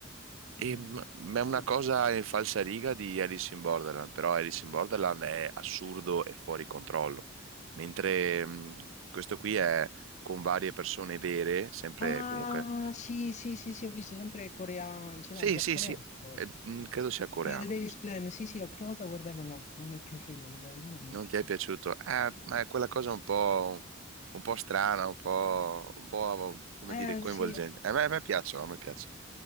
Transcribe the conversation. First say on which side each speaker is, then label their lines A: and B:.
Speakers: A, on the right (about 70°); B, on the left (about 35°).
A: E
B: No.
A: m- ma è
B: Sì.
A: una cosa in falsariga di Alice in Borderland, però Alice in Borderland è assurdo e fuori controllo, mentre mh, questo qui è con varie persone vere, sempre
B: Ah,
A: comunque.
B: sì, sì, sì, sì, ho visto sempre coreano, sì,
A: Sì,
B: no, giapponese
A: sì, sì,
B: forse.
A: eh, mh, credo sia coreano.
B: Eh, The Davis
A: questo.
B: Plan, sì, sì, ho provato a guardarlo, no, non mi è piaciuto, dico, la verità, non mi
A: Non
B: è piaciuto.
A: ti è piaciuto? Eh, ma è quella cosa un po', un po' strana, un po', un po', come
B: Eh,
A: dire, coinvolgente.
B: sì,
A: Eh, a me, a me piacciono, a me piacciono.